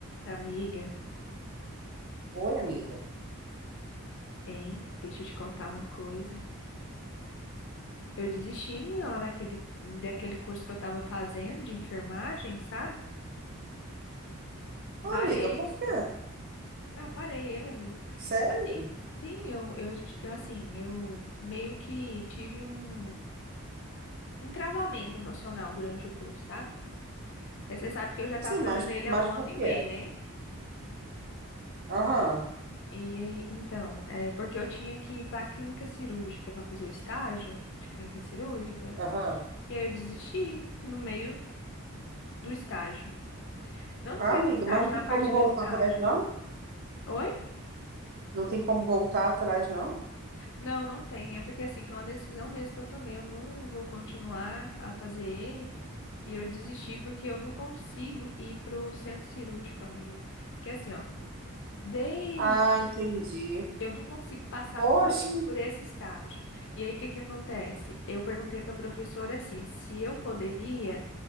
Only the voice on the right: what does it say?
Oi, amiga.
Oi,
amiga, por quê?
Sério?
Sim,
mas,
mas
por
quê?
Aham,
aham.
Ah,
amiga,
mas não tem
como voltar
atrás, não?
Não tem como voltar atrás, não?
Ah, entendi.
Poxa,